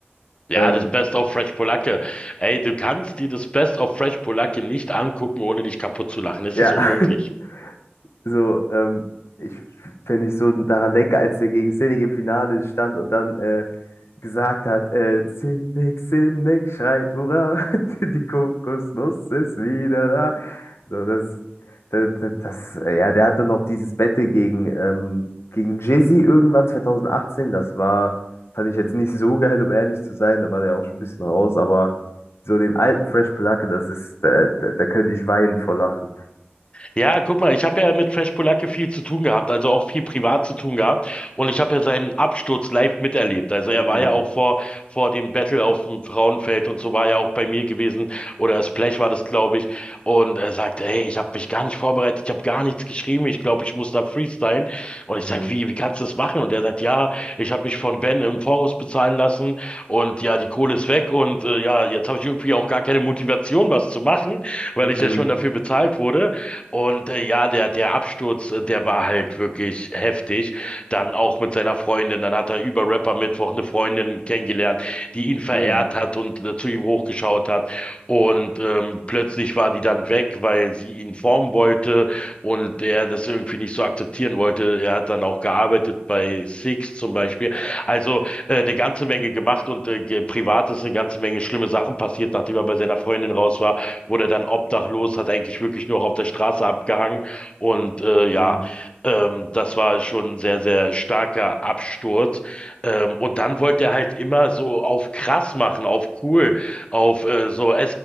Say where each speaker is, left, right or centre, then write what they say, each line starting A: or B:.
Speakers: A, on the left; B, on the left.
A: Ja,
B: Ähm,
A: das Best of Fresh Polacke. Ey, du kannst dir das Best of Fresh Polacke nicht angucken, ohne dich kaputt zu lachen. Es
B: ja,
A: ist unmöglich.
B: <laughs> So, ähm, ich, wenn ich so daran denke, als der gegen Sinek im Finale stand und dann äh, gesagt hat, äh, Sinek, Sinek schreit, Hurra, <laughs> die Kokosnuss ist wieder da. So, das, das, das, äh, ja, der hatte noch dieses Battle gegen, ähm, gegen Jizzy irgendwann 2018. Das war, fand ich jetzt nicht so geil, um ehrlich zu sein. Da war der auch schon ein bisschen raus, aber so den alten Fresh Placke, das ist, da, da, da könnte ich weinen vor Lachen.
A: Ja, guck mal, ich habe ja mit Fresh Polacke viel zu tun gehabt, also auch viel privat zu tun gehabt. Und ich habe ja seinen Absturz live miterlebt. Also er
B: Mhm,
A: war ja auch vor, vor dem Battle auf dem Frauenfeld und so war ja auch bei mir gewesen. Oder Splash war das, glaube ich. Und er sagt, ey, ich habe mich gar nicht vorbereitet, ich habe gar nichts geschrieben. Ich glaube, ich muss da freestylen. Und
B: mhm,
A: ich sage, wie, wie kannst du das machen? Und er sagt, ja, ich habe mich von Ben im Voraus bezahlen lassen. Und ja, die Kohle ist weg. Und äh, ja, jetzt habe ich irgendwie auch gar keine Motivation, was zu machen, weil
B: mhm.
A: ich ja schon dafür bezahlt wurde. Und äh, ja, der, der Absturz, äh, der war halt wirklich heftig. Dann auch mit seiner Freundin. Dann hat er über Rapper Mittwoch eine Freundin kennengelernt, die ihn verehrt
B: Mhm,
A: hat und äh, zu ihm hochgeschaut hat. Und ähm, plötzlich war die dann weg, weil sie ihn formen wollte und er das irgendwie nicht so akzeptieren wollte. Er hat dann auch gearbeitet bei Six zum Beispiel. Also äh, eine ganze Menge gemacht und äh, ge- privat ist eine ganze Menge schlimme Sachen passiert, nachdem er bei seiner Freundin raus war wurde dann obdachlos, hat eigentlich wirklich nur auf der Straße abgehangen. Und äh, ja,
B: mhm,
A: ähm, das war schon ein sehr, sehr starker Absturz. Ähm, und dann wollte er halt immer so auf krass machen, auf cool, auf äh, so